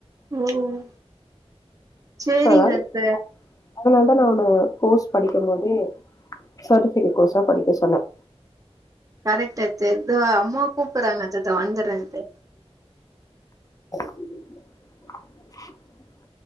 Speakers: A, on the right; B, on the left.
A: ம் சேரிங்க
B: சோ அதாவது
A: அத்த
B: அதனால தான் நான் உன கோர்ஸ் படிக்கும் போதே சர்டிபிகேட் கோர்ஸா படிக்க சொன்ன
A: கரெக்ட் அத்த அ அம்மா கூப்பறாங்க அத்ததான் வந்துறேன்த்த
B: <inaudible>